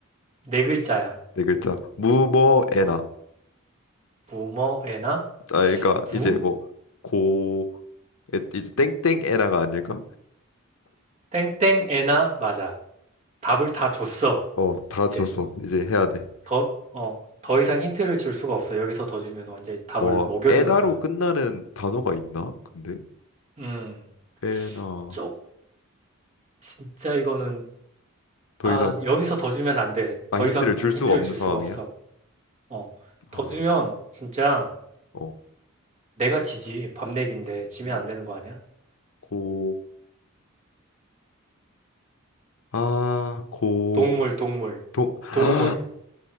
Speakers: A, on the right (about 35°); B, on the left (about 75°).
A: 네 글자야.
B: 네 글자 무뭐에나
A: 어. 무머 애나?
B: 아 그러니까
A: 무?
B: 이제 뭐 고 이제 땡땡에나가 아닐까?
A: 땡땡 애나? 맞아. 답을 다 줬어.
B: 어, 다
A: 이제.
B: 줬어. 이제 해야 돼.
A: 더, 어, 더 이상 힌트를 줄 수가 없어. 여기서 더 주면 완전히 답을
B: 어,
A: 먹여주는
B: 에나로
A: 거야.
B: 끝나는 단어가 있나? 근데
A: 음.
B: 에나
A: 쪽, 진짜 이거는.
B: 더
A: 아,
B: 이상
A: 여기서 더 주면 안 돼.
B: 아
A: 더
B: 힌트를
A: 이상
B: 줄
A: 힌트를
B: 수가 없는
A: 줄
B: 상황이야.
A: 수가 없어. 어, 더
B: 아,
A: 주면 진짜
B: 어,
A: 내가 지지. 밤내기인데 지면
B: 음,
A: 안 되는 거 아니야?
B: 고, 아, 고,
A: 동물,
B: 고-
A: 동물,
B: 동, <gasps>
A: 동물.